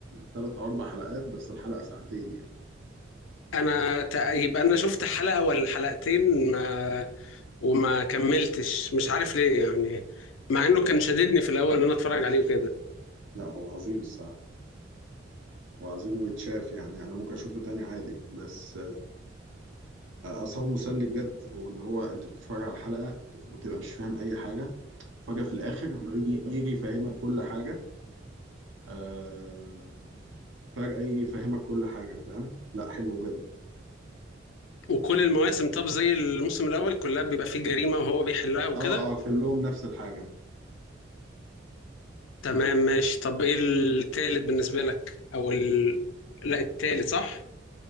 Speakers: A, on the right (about 85°); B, on the left (about 85°).
A: تلات أو أربع حلقات بس الحلقة ساعتين يعني
B: انا ت- يبقى انا شفت حلقه ولا حلقتين ما وما كملتش مش عارف ليه يعني مع انه كان شددني في الاول ان انا اتفرج عليه وكده
A: لا هو عظيم الصراحة وعظيم ويتشاف يعني أنا ممكن أشوفه تاني عادي بس اصل هو مسلي بجد واللي هو انت بتتفرج على الحلقه وبتبقى مش فاهم اي حاجه وفجاه في الاخر هو يجي يجي يفهمك كل حاجه آه فجاه يجي يفهمك كل حاجه فاهم لا حلو بجد
B: وكل المواسم طب زي الموسم الاول كلها بيبقى فيه جريمه وهو بيحلها وكده
A: اه اه كلهم نفس الحاجه
B: تمام ماشي طب ايه التالت بالنسبه لك او ال... لا التالت صح